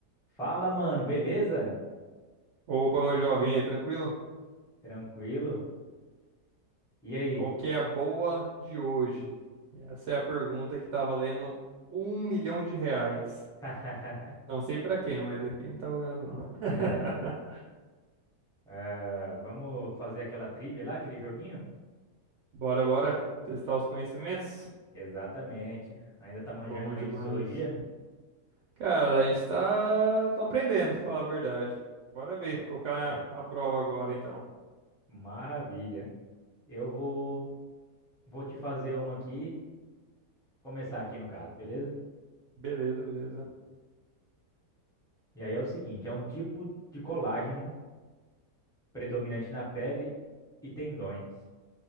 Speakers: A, in the centre; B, on the right.
A: Fala, mano, beleza?
B: Opa, meu jovem, e aí, tranquilo?
A: Tranquilo? E aí?
B: Qual que é a boa de hoje? E Essa é a pergunta que tá valendo um milhão de reais.
A: <laughs>
B: Não sei pra quem, mas aqui não tá valendo não. <laughs>
A: É, ah, vamos fazer aquela trivia lá, aquele joguinho?
B: Bora, bora testar os conhecimentos?
A: Exatamente. Ainda tá manjando
B: Bom
A: bem
B: demais.
A: de histologia?
B: Cara, a gente tá, tá aprendendo, pra falar a verdade. Bora ver,
A: É,
B: colocar
A: é,
B: a, a prova agora então.
A: maravilha. Eu vou, vou te fazer uma aqui, começar aqui no caso, beleza?
B: Beleza, beleza.
A: E aí é o seguinte, é um tipo de colágeno predominante na pele e tendões.